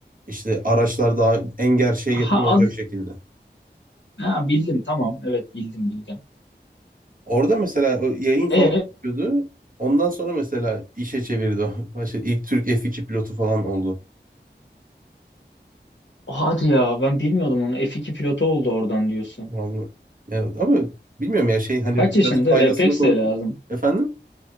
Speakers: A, on the right; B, on the left.
A: İşte araçlar daha en gerçeğe yakın
B: Ha,
A: olacak
B: ad,
A: şekilde.
B: ha bildim tamam. Evet bildim bildim.
A: Orada mesela o yayın falan
B: E
A: yapıyordu. Ondan sonra mesela işe çevirdi o. <laughs> İşte ilk Türk F2 pilotu falan oldu.
B: hadi ya ben bilmiyordum onu. F2 pilotu oldu oradan diyorsun.
A: Vallahi. Ya, ama bilmiyorum ya şey hani
B: Kaç yaşında?
A: biraz faydasını
B: Refleks
A: konuştuk.
B: de lazım.
A: Efendim?